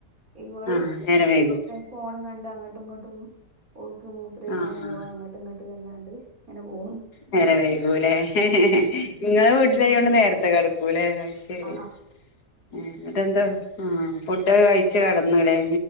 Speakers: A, on the right (about 60°); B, on the left (about 85°).
A: ഇവള്
B: ആഹ് നേരം വൈകും
A: ഫോൺ കണ്ട് അങ്ങോട്ടും ഇങ്ങോട്ടും ൾക്ക് മൂത്ര ഴിക്കാൻ
B: ആഹ്
A: പോകുക അങ്ങോട്ടും ഇങ്ങോട്ട് റഞ്ഞിയാണ്ട് ഇങ്ങനെ പോണ്
B: നേര വൈകൂലേ നിങ്ങളെ വീട്ടിലായോൊണ്ട് നേരത്തെ കിടക്കൂലെ ശരി
A: ആ
B: എന്നിടന്താ ഉംഫുഡ് ഒക്കെ കഴി ഴിച്ചു കിടന്നുലെ